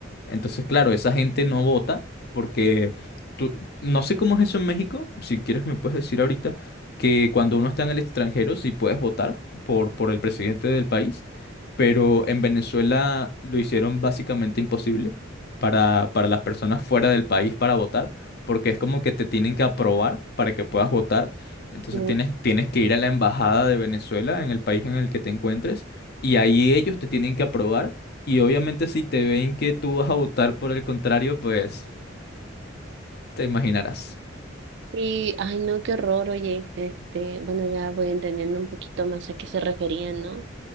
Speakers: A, on the left; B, on the right.
A: Entonces, claro, esa gente no vota porque Tú- no sé cómo es eso en México, si quieres me puedes decir ahorita que cuando uno está en el extranjero sí puedes votar por, por el presidente del país, pero en Venezuela lo hicieron básicamente imposible para, para las personas fuera del país para votar, porque es como que te tienen que aprobar para que puedas votar, entonces
B: no.
A: tienes, tienes que ir
B: Sí,
A: a la embajada de Venezuela en el país en el que te encuentres y ahí ellos te tienen que aprobar y obviamente si te ven que tú vas a votar por el contrario, pues te imaginarás.
B: sí, ay no, qué horror, oye, este, bueno, ya voy entendiendo un poquito más a qué se referían, ¿no?